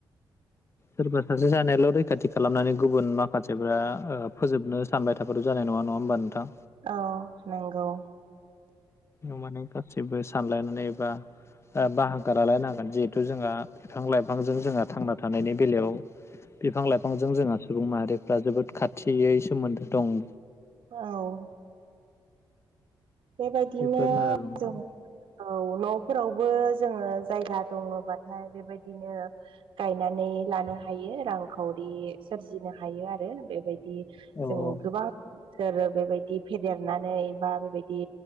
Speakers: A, on the left; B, on the right.
A: सोरबा सासे सानैयाल' रैखाथि खालामनानै गुबुन माखासेफ्रा ओ फोजोबनो सानबाय थाबाथ' जानाय नङा नङा होमबा नोंथां
B: औ नंगौ
A: न माने गासिबो सानलायनानै एबा ओ बाहागो लालायनांगोन जिहेथु जोंहा बिफां लाइफांजों जोंहा थांना थानायनि बेलायाव बिफां लाइफांजों जोंहा सुबुं माहारिफ्रा जोबोद खाथियै सोमोन्दो दं
B: औ बेबायदिनो
A: बेफोरनो आरो नोंथां
B: जों औ न'फोरावबो जोङो जायगा दङबाथाय बेबायदिनो गायनानै लानो हायो रांखावरि सोरजिनो हायो आरो बेबाय दि
A: औ
B: जोङो
A: औ
B: गोबां सोर बेबायदि फेदेरनानै बा बेबाय दि